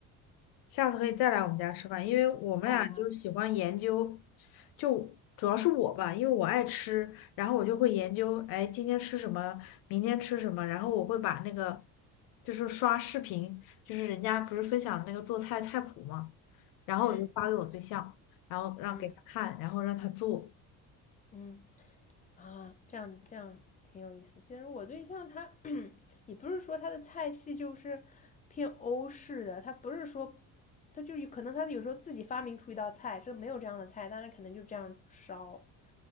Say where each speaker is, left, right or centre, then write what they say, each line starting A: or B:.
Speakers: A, on the left (about 70°); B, on the left (about 20°).
A: 下次可以再来我们家吃饭，因为我们俩就是喜欢研究，
B: 好呀，
A: 就主要是我吧，因为我爱吃，然后我就会研究，哎，今天吃什么，明天吃什么，然后我会把那个，就是刷视频，就是人家不是分享那个做菜菜谱嘛，然后我就发给我对象，
B: 嗯
A: 然后让给他看，
B: 嗯
A: 然后让他做，
B: 嗯。啊，这样这样挺有意思。其实我对象他也不是说他的菜系就是偏欧式的，他不是说他就有可能他有时候自己发明出一道菜，这没有这样的菜，但是可能就这样烧，